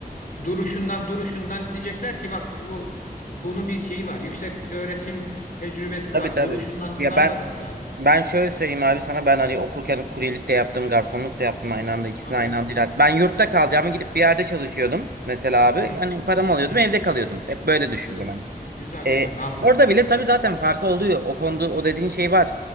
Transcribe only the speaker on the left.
duruşundan duruşundan diyecekler ki bak bu bunun bir şeyi var. Yüksek öğretim tecrübesi
var.
Duruşundan
anlarlar
onu zaten.
Aferin.
Hı,
hı.
Güzel.
Güzel güzel.
Aferin.